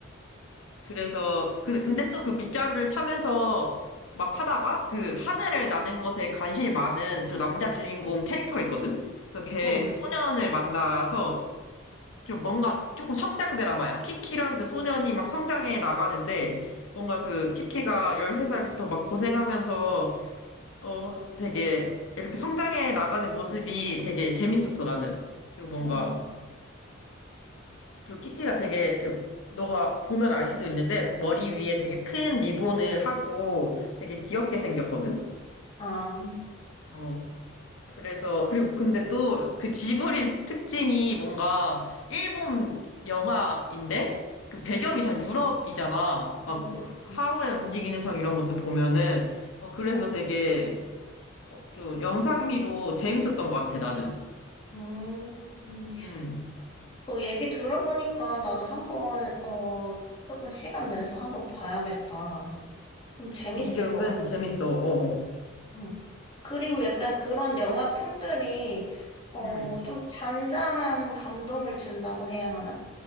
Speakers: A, on the left; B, on the left.
A: 그래서 그 근데 또 그 빗자루를 타면서 막 하다가 그 하늘을 나는 것에 관심이 많은 좀 남자 주인공 캐릭터가 있거든. 그래서 걔
B: 응.
A: 그 소년을 만나서 좀 뭔가 조금 성장 드라마야. 키키랑 그 소년이 막 성장해 나가는데 뭔가 그 키키가 13살부터 막 고생하면서 어 되게 이렇게 성장해 나가는 모습이 되게 재밌었어 나는. 그리고 뭔가
B: 음.
A: 그리고 키키가 되게 이렇게 너가 보면 알 수도 있는데 머리 위에 되게 큰 리본을 하고 되게 귀엽게 생겼거든?
B: 아,
A: 어. 그래서 그리고 근데 또 그 지브리 특징이 뭔가 일본 영화인데 그 배경이 다 유럽이잖아. 막
B: 그치.
A: 하울의 움직이는 성 이런 것도 보면은 어 그래서
B: 어.
A: 되게 어, 좀 영상미도 재밌었던 것 같아 나는.
B: 음,
A: 음.
B: 또 얘기 들어보니까 나도 한번, 어, 조금 시간 내서 한번 봐야겠다. 좀 재밌을
A: 그치 이게 은근
B: 것 같아.
A: 재밌어. 어. 어.
B: 음. 그리고 약간 그런 영화 풍들이 어,
A: 음.
B: 좀 잔잔한 감동을 준다고 해야 하나?